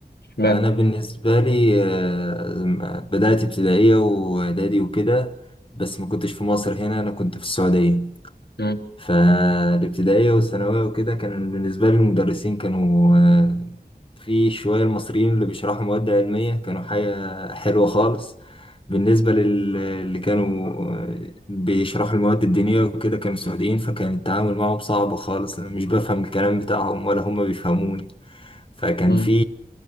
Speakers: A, on the left (about 80°); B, on the left (about 30°).
A: اشمعنى
B: انا بالنسبه لي آه، بدات ابتدائيه واعدادي وكده بس ما كنتش في مصر هنا انا كنت في السعوديه
A: مم.
B: فالابتدائيه والثانويه وكده كان بالنسبه لي المدرسين كانوا آه، في شوية المصريين اللي بيشرحوا مواد علمية كانوا حاجة حلوة خالص بالنسبة لل- اللي كانوا بيشرحوا المواد الدينية وكده كانوا سعوديين فكان التعامل معهم صعب خالص أنا مش بفهم الكلام بتاعهم ولا هم بيفهموني فكان
A: مم.
B: في